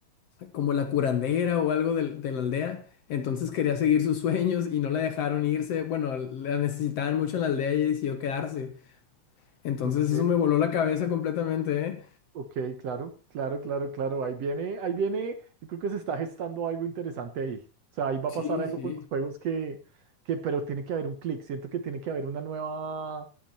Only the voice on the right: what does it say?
Ok.
Ok, claro, claro, claro, claro. Ahí viene, ahí viene. Yo creo que se está gestando algo interesante ahí. O sea, ahí va
a pasar algo
con los juegos que, que, pero tiene que haber un clic. Siento que tiene que haber una nueva,